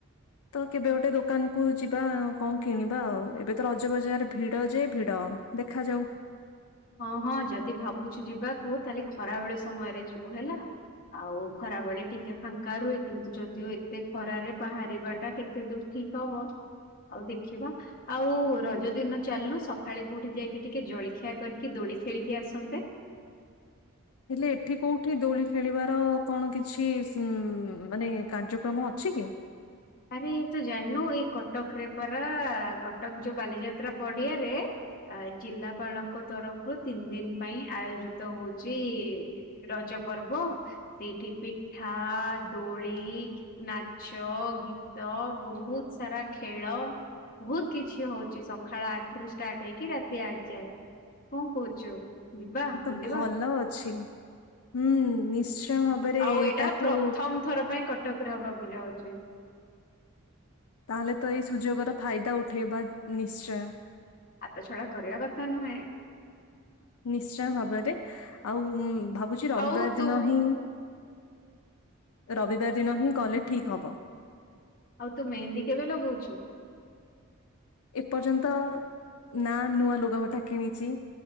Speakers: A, on the left (about 80°); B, on the left (about 45°).
A: ତ କେବେ ଗୋଟେ ଦୋକାନ କୁ ଯିବା କଣ କିଣିବା ଆଉ ଏବେ ତ ରଜ ବଜାର ଭିଡ ଯେ ଭିଡ ଦେଖାଯାଉ।
B: ହଁ ହଁ ଯଦି ଭାବୁଛୁ ଯିବାକୁ ତାହେଲେ ଖରା ବେଳେ ସମୟରେ ଯିବୁ ହେଲା ଆଉ ଖରା ବେଳେ ଟିକେ ଫାଙ୍କା ରୁହେ କିମତି ଯଦିଓ ଏତେ ଖରାରେ ବାହାରିବା ଟା କେତେ ଦୂର ଠିକ ହବ ଆଉ ଦେଖିବା ଆଉ ରଜ ଦିନ ଚାଲନୁ ସକାଳେ କୋଉଠି ଯାଇକି ଟିକେ ଜଳଖିଆ କରିକି ଦୋଳି ଖେଳିକି ଆସନ୍ତେ।
A: ହେଲେ ଏଠି କୋଉଠି ଦୋଳି ଖେଳିବାର କଣ କିଛି ଉ ମାନେ କାର୍ଯ୍ୟକ୍ରମ ଅଛି କି
B: ଆରେ ଏଇ ତ ଜାଣୁ ଏଇ କଟକରେ ପରା କଟକ ଯୋଉ ବାଲିଯାତ୍ରା ପଡିଆରେ ଜିଲ୍ଲାପାଳଙ୍କ ତରଫରୁ ତିନି ଦିନ ପାଇଁ ଆୟୋଜିତ ହଉଚ ରଜ ପର୍ବ ସେଇଠି ପିଠା ଦୋଳି ନାଚ ଗୀ ତ ବହୁତ ସାରା ଖେଳ ବହୁତ କିଛି ହଉଛି ସକାଳ ଆଠ ରୁ ଷ୍ଟାର୍ଟ ହେଇକି ରାତି ଆଠ ଯାଏ କଣ କହୁଛୁ। ଯିବା
A: ତ
B: ବୁଲିବା
A: ଭଲ ଅଛି ହୁଁ ନିଶ୍ଚୟ
B: ହୁଁ।
A: ଭାବରେ
B: ଆଉ
A: ଏଇଟାକୁ
B: ଏଇଟା ପ୍ରଥମ ଥର ପାଇଁ କଟକରେ ହବାକୁ ଯାଉଛି।
A: ତାହେଲେ ତ ଏଇ ସୁଯୋଗର ଫାଇଦା ଉଠେଇବା ନିଶ୍ଚୟ।
B: ହାତ ଛଡା କରିବା କଥା ନୁହେଁ।
A: ନିଶ୍ଚୟ ଭାବରେ ଆଉ ଭାବୁଛି ରବିବାର
B: ଆଉ ତୁ
A: ଦିନ ହିଁ ରବିବାର ଦିନ ହିଁ ଗଲେ ଠିକ୍ ହବ।
B: ଆଉ ତୁ ମେହେନ୍ଦୀ କେବେ ଲଗଉଛୁ।
A: ଏପର୍ଯ୍ୟନ୍ତ ନା ନୂଆ ଲୁଗାପଟା କିଣିଛି